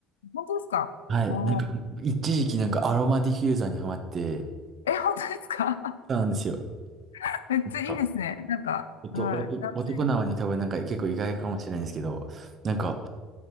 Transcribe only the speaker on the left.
本当ですかおー
え、本当ですか
<laughs> めっちゃいいですね。
なんか、
はい。男性。は